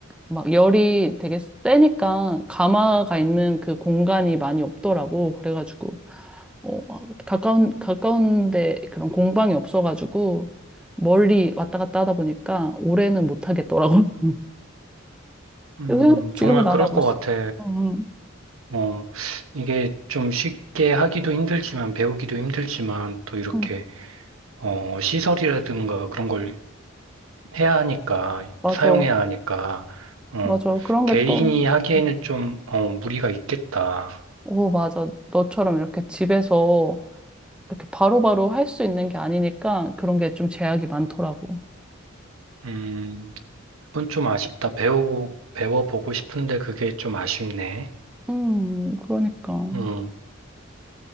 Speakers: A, in the centre; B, on the right.
A: 막 열이 되게 세니까, 가마가 있는 그 공간이 많이 없더라고. 그래가지고, 어, 가까운, 가까운데 그런 공방이 없어가지고, 멀리 왔다 갔다 하다 보니까, 올해는 못 하겠더라고. <laughs>
B: 음,
A: 그래서 지금은
B: 정말
A: 안
B: 그럴
A: 하고
B: 것
A: 있어.
B: 같아.
A: 응,
B: 어, 이게 좀 쉽게 하기도 힘들지만, 배우기도 힘들지만, 또 이렇게,
A: 응,
B: 어, 시설이라든가 그런 걸 해야 하니까,
A: 맞아.
B: 사용해야 하니까, 어,
A: 맞아. 그런
B: 개인이
A: 게 또,
B: 하기에는
A: 음.
B: 좀, 어, 무리가 있겠다.
A: 오, 맞아. 너처럼 이렇게 집에서 이렇게 바로바로 할 수 있는 게 아니니까 그런 게 좀 제약이 많더라고.
B: 음, 그건 좀 아쉽다. 배우, 배워보고 싶은데 그게 좀 아쉽네.
A: 음, 그러니까.
B: 음.